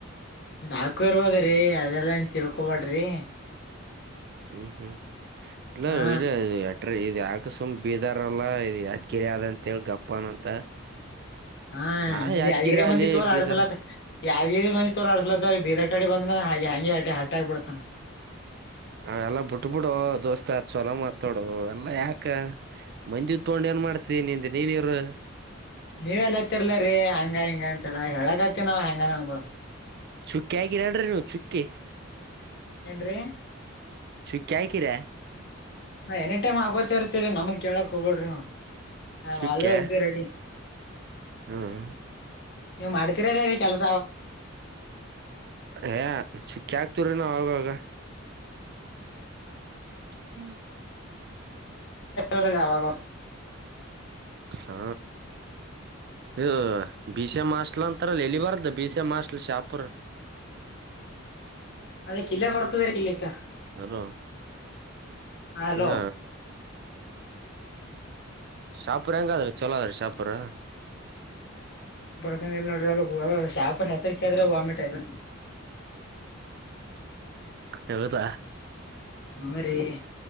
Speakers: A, on the left; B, on the right.
A: ಡಾಕು ಇರ್ಬೋದ್ರೀ ಅದೆಲ್ಲಾ ಏನ್ ತಿಳ್ಕೊಬೇಡ್ರಿ
B: ಹ್ಮ್ ಹ್ಮ್ ಇಲ್ಲ
A: ಹಾ
B: ಇಲ್ಲ ಅ <unintelligible> ಇ ಯಾಕ ಸುಮ ಬೀದಾರಲ್ಲ ಇ ಯದ ಗಿರಿ ಅದ ಅಂತೇಳಿ ಗಪ್ಪನಂತ
A: ಹಾ
B: ಯಾ
A: ಇಲ್ಲಿ
B: ಯಾದಗಿರಿ
A: ಅಿರ ಮಂದಿ
B: ಅಲ್ಲಿ
A: ತೋರ
B: ಬೀದರ್
A: ಆಡ್ಸಲತ್ತ <unintelligible> ಯಾವ ಮಂದಿ ತೋರಾಡ್ಸ್ಲತ್ತ ಬೀದರ್ ಕಡೆ ಬಂದನ ಹಾಗೆ ಹಗೆ ಹಟ್ಟೆ ಆಗ್ಬಿಡ್ತಾನ <unintelligible>
B: ಅವ ಎಲ್ಲ ಬಿಟ್ ಬಿಿಡು ದೋಸ್ತ ಚಛಲೋ ಮಾತ್ೋಡು ಎಲ್ಲಾ ಯಾಕ ಮಂದಿ ತಕೊಂಡ್ ಏನ್ ಮಾಡ್ತೀ ನಿಂದು ನೀನ್ ಇರು
A: ನೀವ್ ಎಲ್ಲತಿರ್ಲರಿ ಹಂಗ ಹಿಂಗ ಅಂತರ ಹೇಳಕ್ತಿ ನಾವ್ ಹೆಂಗನ ಅ <unintelligible>
B: ಚುಕ್ಕಿ ಆಗಿರಡ್ರಿನು ಸುಕ್ಕಿ
A: ಏನ್ರೀ
B: ಶುಕ್ಕ್ಯಾಯ ಕರೇ <unintelligible>
A: ನಾ ಎನಿ ಟೈಮ್ ಆಗೋತ ಇರ್ತರಿ ನಮ್ದ ಕೇಳಕ್ ಹೋಗಬೋಡ್ರಿ ಐಮ್
B: ಚುಕ್ಕ್ಯಾ
A: ಆಲ್ವೇಸ್ ಬಿ ರೆಡಿ
B: ಹ್ಮ್
A: ನೀವವು್ ಮಾಡ್ತೀರಾರೀ ಕೆಲ್
B: ಏ ಚುಖಿ ಆಕ್ತಿವ್ರಿ ನಾವ ಆಾಗಾಗ <unintelligible> ಹ್ಮ್
A: ಎಲ್ಲ ಜಾವಾಗ <unintelligible>
B: ಹ್ಮ ಹ ಬಸ ಮಾಸ್ಲ ಅಂತಾರಲ್ಲ ಎಲ್ಲಿ ಬಾರ್ದ ಬಸ <unintelligible> ಮಾಡಸ್ಲ್ ಶಪರ
A: ಅದೇ ಕಿಲ್ಲ ಪರತದರ ಕಿಲ್ಲಕ್ಕಾ
B: ಹಲೋ
A: ಹಲೋ
B: ಕ ಯ ಶಾಪರ್ ಹೆಂಗಾದ್ರಿ ಚಲೋ ಅದ್ರೀ ಶಾಪರ್
A: ಸ ನೋಡ್ರಿ ಅ ಶಾಪರ್ ಹೆಸರಿಕೆ ಆದ್ರೆ ವಾಮಿಟ್ ಆಯತ
B: ಎವತ
A: ಹೂ್ರರಿ